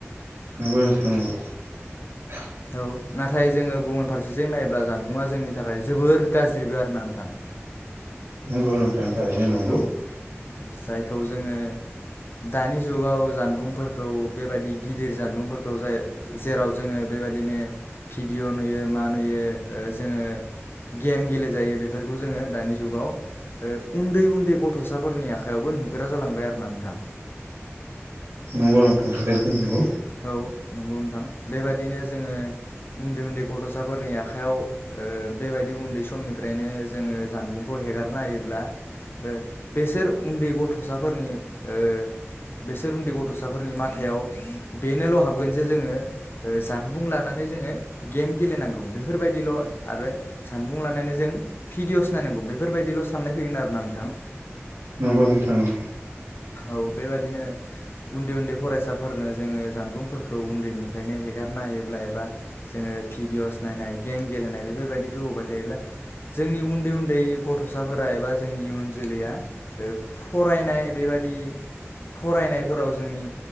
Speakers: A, on the right; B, on the left.
A: <unintelligible>
B: औ नाथाय जोङो गुबुन फारसेजों नायोब्ला जानबुंङा जोंनि थाखाय जोबोर गाज्रिबो आरो ना नोंथां
A: नंगौ नोंथां थारैनो नंगौ
B: औ जायखौ जोङो दानि जुगाव जानबुंफोरखौ बेबायदि गिदिर जानबुंफोरखौ जाय जेराव जोङो बे बेबायदिनो भिडिअ' नुयो मा नुयो ओ जोङो गेम गेलेजायो बेफोरखौ जोङो दानि जुगाव ओ उन्दै उन्दै गथ'साफोरनि आखायावबो नुग्रा जालांबाय आरोना नोंथां
A: नंगौ नोंथां थारैनो नंगौ
B: औ नंगौ नोंथां बेबादिनो जोङो उन्दै उन्दै गथ'साफोरनि आखाइायाव ओ बेबायदि उन्दै समनिफ्रायनो जोङो जानबुंखौ हेगारना हनायोब्ला ओ बेसोर उन्दै गथ'साफोरनि ओ बेसोर उन्दै गथ'साफोरनि माथायाव बेनोल' हाबगोन जे जोङो ओ जानबुं लानानै जोङो गेम गेलेनांगौ बेफोरबायदिल' आरो जानबुं लानानै जों भिडिअस नायनांगौ बेफोरबायदिल' साननाय फैगोन आरोना नोंथां
A: नंगौ नोंथां नंगौ
B: औ बेबादिनो उन्दै उन्दै फरायसाफोरनो जोङो जानबुंफोरखौ उन्दैनिफ्रायनो हेगारनायोब्ला एबा जोङो भिडिअस नायनाय गेम गेलेनाय बेफोरबायदिखौ होबाय थायोब्ला जोंनि उन्दै उन्दै गथ'साफोरा एबा जोंनि इयुन जोलैया ओ फरायनाय बेबादि फरायनायफोराव जोंनि